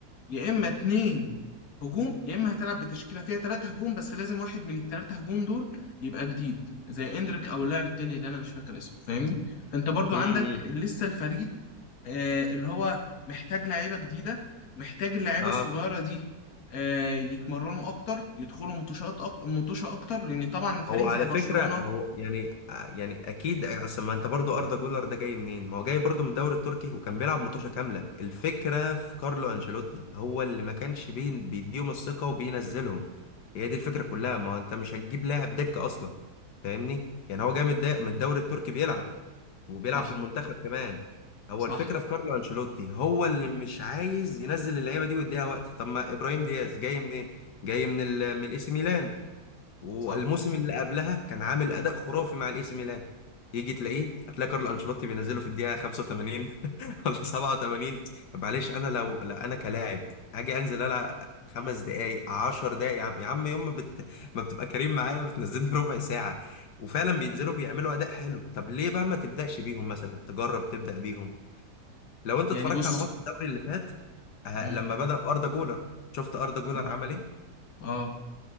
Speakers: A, on the left; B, on the left.
A: يا اما اتنين هجوم يا اما هتلعب بتشكيله فيها تلاتة هجوم بس لازم واحد من التلاتة هجوم دول يبقى جديد زي اندريك او اللاعب التاني اللي انا مش فاكر اسمه فاهمني فانت برضو
B: امم
A: عندك لسه الفريق آه اللي هو محتاج لعيبه جديده محتاج اللعيبه
B: اه
A: الصغيره دي آه، يتمرنوا اكتر يدخلوا متوشات أك... متوشه اكتر لان طبعا فريق
B: هو على
A: زي برشلونه
B: فكرة هو يعني آه، يعني أكيد أصل ما أنت برضو أردا جولر ده جاي منين؟ ما هو جاي برضو من الدوري التركي وكان بيلعب مطوشة كاملة، الفكرة في كارلو أنشيلوتي هو اللي ما كانش بي- بيديهم الثقة وبينزلهم، هي دي الفكرة كلها ما هو أنت مش هتجيب لاعب دكة أصلا فاهمني؟ يعني هو جاي من الد- من الدوري التركي بيلعب وبيلعب
A: صح
B: في المنتخب كمان هو
A: صح
B: الفكرة في كارلو أنشيلوتي هو اللي مش عايز ينزل اللعيبة دي ويديها وقت، طب ما إبراهيم دياز جاي منين؟ جاي من ال من الإي سي ميلان والموسم
A: صح
B: اللي قبلها كان عامل اداء خرافي مع الاي سي ميلان يجي تلاقيه هتلاقي كارل انشيلوتي بينزله في الدقيقه 85 <laughs> ولا 87 طب معلش انا لو لا انا كلاعب اجي انزل العب خمس دقايق 10 دقايق يا عم يا عم يوم ما, بت... ما بتبقى كريم معايا بتنزلني <laughs> ربع ساعه وفعلا بينزلوا بيعملوا اداء حلو طب ليه بقى ما تبداش بيهم مثلا تجرب تبدا بيهم لو انت
A: يعني
B: اتفرجت
A: بص
B: على ماتش الدوري اللي فات آه،
A: امم
B: لما بدا باردا جولر شفت اردا جولر
A: اه
B: عمل ايه
A: اه